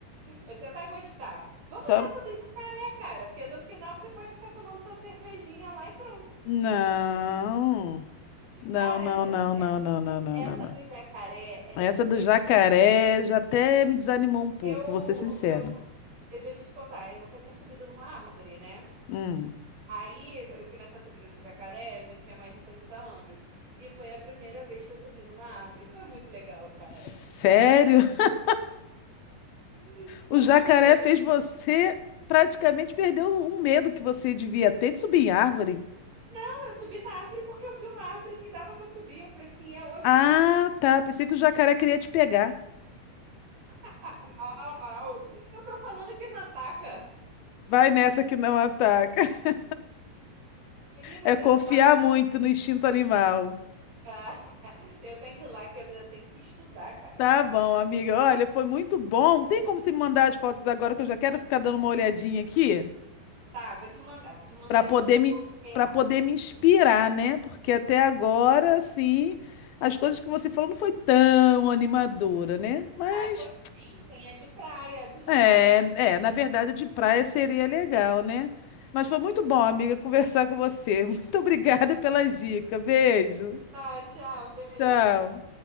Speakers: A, on the right; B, on the left.
A: Você vai gostar. Vamos
B: Só...
A: nessa do dia, cara, porque no final você pode ficar tomando sua cervejinha lá e pronto.
B: Não. Não,
A: Cara,
B: não,
A: essa.
B: não, não, não, não, não,
A: Essa
B: não, não.
A: do jacaré, ela
B: Essa
A: é muito
B: do
A: legal.
B: jacaré já até me desanimou um pouco,
A: Eu,
B: vou ser sincera.
A: eu, nu- eu deixo te contar, eu nunca tinha subido numa árvore, né?
B: Hum.
A: Aí eu fui nessa trilha do jacaré, eu já tinha mais de 30 anos. E foi a primeira vez que eu subi numa árvore. Foi muito legal, cara.
B: Sério? <laughs>
A: <laughs> Foi
B: O jacaré
A: muito legal.
B: fez você praticamente perder o o medo que você devia ter de subir em árvore.
A: Não, Eu subi na árvore porque eu vi uma árvore que dava pra subir. Eu falei assim, é hoje
B: Ah,
A: que eu vou subir.
B: tá. Pensei que o jacaré queria te pegar.
A: <laughs> Não, não. Eu tô falando que não ataca.
B: Vai nessa que não ataca. <laughs>
A: Menina,
B: É
A: tem
B: confiar
A: que ir lá que eu...
B: muito no instinto animal.
A: <laughs> eu tenho que ir lá que eu tenho que estudar, cara.
B: Tá bom, amiga. Olha, foi muito bom. Tem como você me mandar as fotos agora que eu já quero ficar dando uma olhadinha aqui
A: Tá, vou te mandar, vou te mandar
B: para
A: as
B: poder
A: que eu não
B: me
A: coloquei
B: para
A: lá.
B: poder me inspirar, né? Porque até agora, assim, as coisas que você falou não foi tão animadora, né? Mas
A: Ah, foi sim. Tem a de praia, do Jacaré
B: É, é, na
A: Carandiru.
B: verdade, de praia seria legal, né? Mas foi muito
A: Pois é.
B: bom, amiga, conversar com você. <laughs> Muito obrigada pelas dicas. Beijo.
A: Tá, tchau, beijo.
B: Tchau.